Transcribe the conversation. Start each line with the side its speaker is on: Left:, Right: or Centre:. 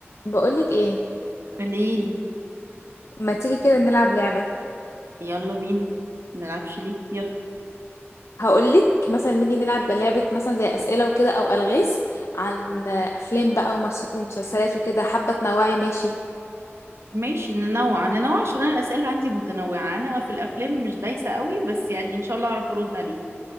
Left: بقولك ايه
Right: قوليلي
Left: ما تيجي كده نلعب لعبة
Right: يلا بينا منلعبش ليه يلا
Left: هقولك مثلا نيجي نلعب لعبة مثلا زي أسئلة وكده أو ألغاز عن أفلام بقى ومس- ومسلسلات وكده حابة تنوعي ماشي
Right: ماشي ننوع ننوع عشان انا الاسئله عندي متنوعه انا في الافلام مش دايسه قوي بس يعني ان شاء الله اعرف ارد عليك